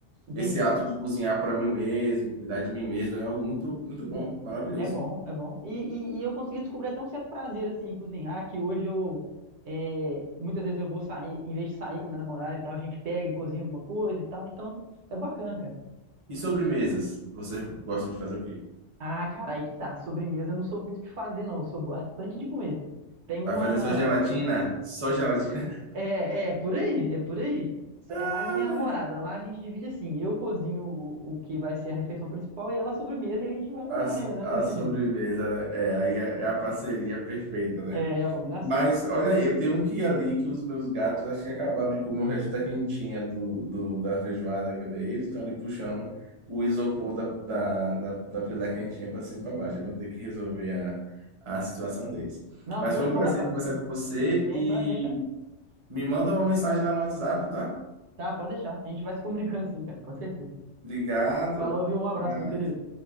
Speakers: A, on the right; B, on the right.
A: entendi.
B: Esse ato de cozinhar para mim mesmo, cuidar de mim mesmo, é algo muito, muito bom, maravilhoso.
A: É bom, é bom. E, e, e eu consegui descobrir até um certo prazer, assim, em cozinhar, que hoje eu, é, muitas vezes eu vou sair, em vez de sair com a minha namorada e tal, a gente pega e cozinha alguma coisa e tal, então é bacana, cara.
B: E sobremesas? Você gosta de fazer o quê?
A: Ah, cara, aí que tá. Sobremesa eu não sou muito de fazer, não. Eu sou bastante de comer. Tem
B: Vai
A: uma...
B: fazer só gelatina? Só gelatina?
A: É, é, por aí, é por aí. Só-
B: <laughs> Ai.
A: É mais a minha namorada. Lá a gente divide assim, eu cozinho o, o que vai ser a refeição principal e ela a sobremesa e a gente vai
B: A,
A: maneirando desse
B: a sobremesa,
A: jeito.
B: né? É, aí é, é a parceria perfeita, né?
A: É a combinação.
B: Mas olha aí, eu tenho um que ali que os meus gatos acho que acabaram de comer o resto da quentinha do, do- da feijoada que eu dei. Eles estão ali puxando o isopor da, da, da, da, da quentinha para cima e para baixo. Eu vou ter que resolver a, a situação deles.
A: Não,
B: Mas
A: show
B: foi
A: de
B: um
A: bola,
B: prazer
A: Fábio.
B: conversar com você
A: Show,
B: e
A: um prazer, cara.
B: me manda uma mensagem lá no WhatsApp, tá?
A: Tá, pode deixar. A gente vai se comunicando sim, cara, com certeza.
B: Obrigado.
A: Falou, viu? Um abraço,
B: Até mais.
A: meu querido.